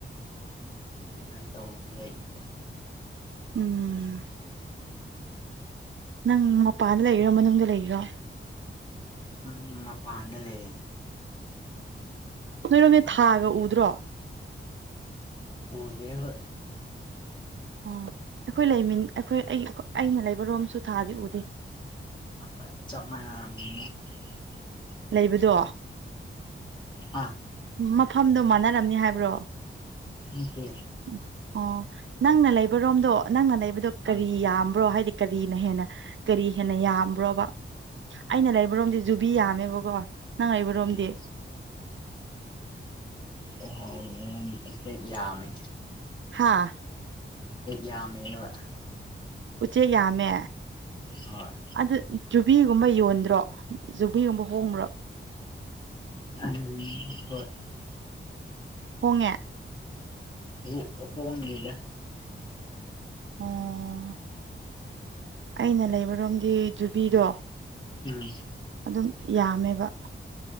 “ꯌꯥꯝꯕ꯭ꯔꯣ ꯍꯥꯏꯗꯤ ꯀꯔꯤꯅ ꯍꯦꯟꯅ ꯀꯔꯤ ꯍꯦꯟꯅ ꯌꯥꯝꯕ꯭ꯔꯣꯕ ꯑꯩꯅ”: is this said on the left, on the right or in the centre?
Right